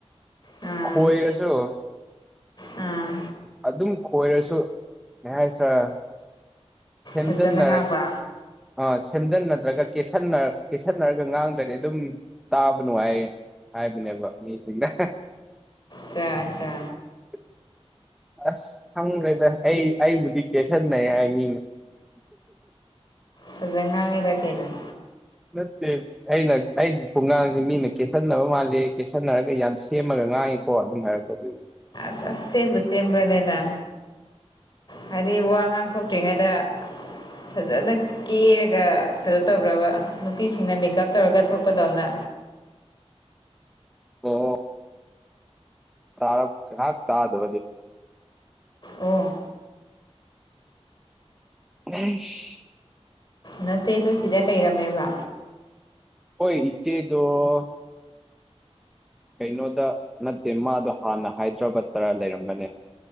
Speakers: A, on the left; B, in the centre.
A: ꯑꯥ
B: ꯈ‌ꯣꯏꯔꯁꯨ
A: ꯑꯥ
B: ꯑꯗꯨꯝ ꯈꯣꯏꯔꯁꯨ ꯀ ꯍꯥꯏꯁꯔ ꯁꯦꯝꯖꯤꯟꯅꯔꯛ
A: ꯐꯖꯅ ꯉꯥꯡꯕ
B: ꯑ ꯁꯦꯝꯖꯤꯟ ꯅꯠꯇ꯭ꯔꯒ ꯀꯦꯠꯁꯟꯅꯔ ꯀꯦꯠꯁꯟꯅꯔꯒ ꯉꯥꯡꯗ꯭ꯔꯗꯤ ꯑꯗꯨꯝ ꯇꯥꯕ ꯅꯨꯡꯉꯥꯏꯌꯦ ꯍꯥꯏꯕꯅꯦꯕ ꯃꯤ ꯁꯤꯡꯗ
A: ꯆꯥ ꯑꯆꯥ
B: <inaudible> ꯑꯁ ꯈꯪꯈ꯭ꯔꯦꯗ ꯑꯩ ꯑꯩꯕꯨꯗꯤ ꯀꯦꯁꯟꯅꯩ ꯍꯥꯏ ꯃꯤꯅ
A: ꯐꯖ ꯉꯥꯡꯉꯤꯔ ꯀꯩꯅ‌ꯣ
B: ꯅꯠꯇꯦ ꯑꯩꯅ ꯑꯩꯒꯤ ꯈꯨꯡꯒꯥꯡꯁꯤꯦ ꯃꯤꯅ ꯀꯦꯠꯁꯟꯅꯕ ꯃꯥꯜꯜꯂꯤ ꯀꯦꯠꯁꯟꯅꯔꯒ ꯌꯥꯝ ꯁꯦꯝꯃꯒ ꯉꯥꯡ ꯍ ꯑꯗꯨꯝ ꯍꯥꯏ ꯑꯗꯨ
A: ꯑꯁ ꯑꯁ ꯁꯦꯝꯕꯨ ꯁꯦꯝꯦꯝꯕ ꯂꯩꯗ ꯍꯥꯏꯗꯤ ꯋꯥ ꯉꯥꯡꯊꯣꯛꯇ꯭ꯔꯤꯉꯩꯗ ꯐꯖꯅ ꯀꯦꯔꯒ ꯀꯩꯅꯣ ꯇꯧꯕ꯭ꯔꯕ ꯅꯨꯄꯤꯁꯤꯡꯅ ꯃꯦꯀꯞ ꯇꯧꯔꯒ ꯊꯣꯛꯄꯗꯧꯅ
B: ꯑꯣ ꯇꯔ ꯊꯒ ꯊꯥꯗ
A: ꯑꯣ
B: ꯑꯦꯁ
A: ꯅꯆꯦꯗꯨ ꯁꯤꯗ ꯂꯩꯔꯝꯃꯦꯕ
B: ꯍꯣꯏ ꯏꯆꯦꯗ‌ꯣ ꯀꯩꯅꯣꯗ ꯅꯠꯇꯦ ꯃꯥꯗꯣ ꯍꯥꯟꯅ ꯍꯥꯏꯗ꯭ꯔꯕ ꯇꯔ ꯂꯩꯔꯝꯕꯅꯦ